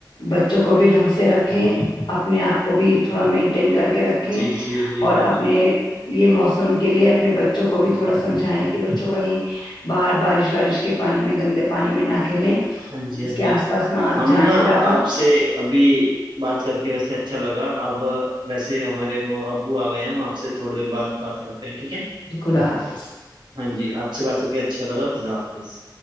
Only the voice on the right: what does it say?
جی جی جی
جی
ہاں جی
ہاں
جی
ہم
نا
آپ سے ابھی بات کر کے ویسے اچھا لگا اب ویسے ہمارے وہ ابو آ گئے ہیں ہم آپ سے تھوڑی دیر بعد میں بات کرتے ہیں ٹھیک ہے
ہاں جی آپ سے بات کر کے اچھا لگا خدا حافظ